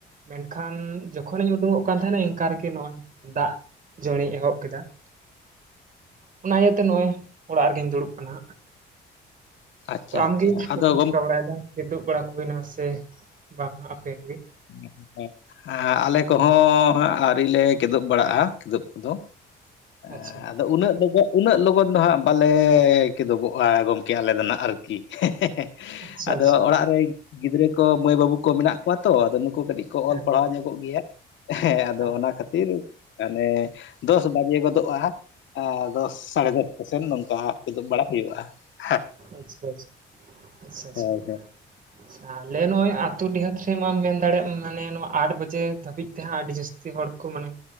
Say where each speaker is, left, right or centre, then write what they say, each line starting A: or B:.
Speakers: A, on the right; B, on the left.
A: ᱢᱮᱱᱠᱷᱟᱱ ᱡᱚᱠᱷᱚᱱᱤᱧ ᱩᱰᱩᱠᱚᱜ ᱠᱟᱱ ᱛᱟᱦᱮᱱᱟᱧ ᱾ ᱚᱠᱟᱨᱜᱮ ᱱᱚᱜᱼᱚᱭ ᱫᱟᱜ ᱡᱟᱹᱲᱤᱭ ᱮᱦᱚᱵ ᱠᱮᱫᱟ ᱾ ᱚᱱᱟ ᱤᱭᱟᱹᱛᱮ ᱱᱚᱜᱚᱭ ᱚᱲᱟᱜ ᱨᱮᱜᱮᱧ ᱫᱩᱲᱩᱵ ᱠᱟᱱᱟ ᱦᱟᱜ
B: ᱟᱪᱪᱷᱟ
A: ᱛᱚ ᱟᱢᱜᱮ
B: ᱟᱪᱪᱷᱟ
A: ᱪᱮᱫ
B: ᱟᱫᱚ
A: ᱠᱚᱢ
B: ᱜᱚᱢᱠᱮ
A: ᱪᱤᱠᱟᱹ ᱵᱟᱲᱟᱭᱫᱟ ᱾ ᱡᱤᱫᱩᱜ ᱵᱟᱲᱟ ᱠᱚ ᱦᱩᱭ ᱱᱟᱥᱮ ᱵᱟᱝ ᱟᱯᱮ ᱠᱚᱜᱮ ᱾
B: <unintelligible> ᱮ ᱟᱞᱮ ᱠᱚᱦᱚᱸ ᱟᱹᱣᱨᱤᱞᱮ ᱠᱮᱫᱩᱵ ᱵᱟᱲᱟᱜᱼᱟ ᱠᱮᱫᱩᱵ ᱠᱚᱫᱚ ᱾ ᱮ
A: ᱟᱪᱪᱷᱟ
B: ᱟᱫᱚ ᱩᱱᱟᱹᱜ ᱫᱚ ᱜᱚ ᱾ ᱩᱱᱟᱹᱜ ᱞᱚᱜᱚᱱ ᱫᱚ ᱦᱟᱸᱜ ᱵᱟᱞᱮ ᱠᱮᱫᱮᱫᱚᱵᱚᱜᱼᱟ ᱜᱚᱢᱠᱮ ᱟᱞᱮ ᱫᱚ ᱱᱟᱦᱟᱜ ᱟᱨᱠᱤ ᱦᱮ ᱦᱮ᱾
A: ᱟᱪᱪᱷᱟ
B: ᱟᱫᱚ
A: ᱟᱪᱪᱷᱟ
B: ᱚᱲᱟᱜ ᱨᱮ ᱜᱤᱫᱽᱨᱟᱹ ᱠᱚ ᱢᱟᱹᱭ ᱵᱟᱹᱵᱩ ᱠᱚ ᱢᱮᱱᱟᱜ ᱠᱚᱣᱟ ᱛᱚ ᱟᱫᱚ ᱱᱩᱠᱩ ᱠᱟᱹᱴᱤᱡ ᱠᱚ
A: ᱦᱮᱸ
B: ᱚᱞ ᱯᱟᱲᱦᱟᱣ ᱧᱚᱜ ᱜᱮᱭᱟ ᱦᱮᱸ
A: ᱟᱪᱪᱷᱟ
B: ᱟᱫᱚ ᱚᱱᱟ ᱠᱷᱟᱹᱛᱤᱨ ᱢᱟᱱᱮ ᱫᱚᱥ ᱵᱟᱡᱮ ᱜᱚᱫᱚᱜᱼᱟ ᱾ ᱟ ᱫᱚᱥ ᱥᱟᱲᱮ ᱫᱚᱥᱴᱟ ᱥᱮᱫ ᱱᱚᱝᱠᱟ ᱠᱤᱫᱩᱜ ᱵᱟᱲᱟ ᱦᱩᱭᱩᱜᱼᱟ ᱾
A: ᱟᱪᱪᱷᱟ ᱟᱪᱟ ᱟᱪᱪᱷᱟ
B: ᱦᱳᱭ
A: ᱟᱪᱪᱷᱟ ᱟᱞᱮ ᱱᱚᱜᱼᱚᱭ ᱟᱛᱩ ᱰᱤᱦᱟᱹᱛ ᱴᱷᱮᱡ ᱢᱟᱢ ᱢᱮᱱ ᱫᱟᱲᱮᱭᱟᱜ ᱢᱟᱱᱮ ᱱᱚᱣᱟ ᱟᱴ ᱵᱟᱡᱮ ᱫᱷᱟᱹᱵᱤᱡ ᱛᱮᱦᱟᱸᱜ ᱟᱹᱰᱤ ᱡᱟᱹᱥᱛᱤ ᱦᱚᱲ ᱠᱚ ᱢᱟᱱᱮ